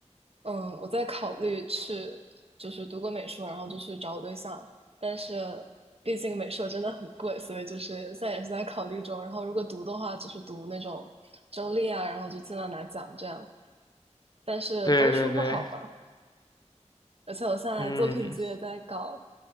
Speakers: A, on the right (about 55°); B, on the left (about 35°).
A: 嗯，我在考虑去，就是读个美术，然后就去找我对象，但是毕竟美术真的很贵，所以就是现在也是在考虑中。然后如果读的话，就是读那种周立啊，然后就尽量拿奖这样，但是都说不好吧。
B: 对对对，
A: 而且我现在作品集也在搞，
B: 嗯，